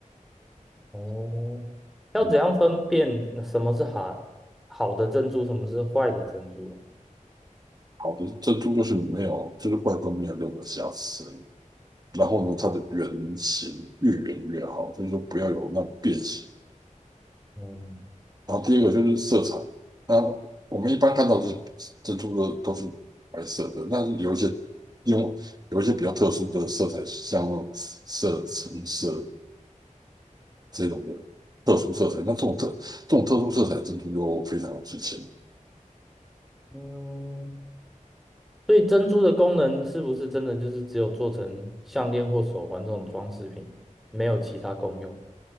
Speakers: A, in the centre; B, on the right (about 30°).
A: 哦，要怎样分辨那什么是好好的珍珠，
B: 嗯，
A: 什么是坏的珍珠啊
B: 好的珍珠就是没有，就是外观没有任何瑕疵，然后呢，它的圆形越圆越好，所以说不要有那种变形。
A: 嗯
B: 然后第二个就是色彩，那我们一般看到的是珍珠的都是白色的，但是有一些用有一些比较特殊的色彩，像色橙色这种的特殊色彩，那这种特这种特殊色彩珍珠就非常的值钱。
A: 嗯，所以珍珠的功能是不是真的就是只有做成项链或手环这种装饰品，没有其他功用？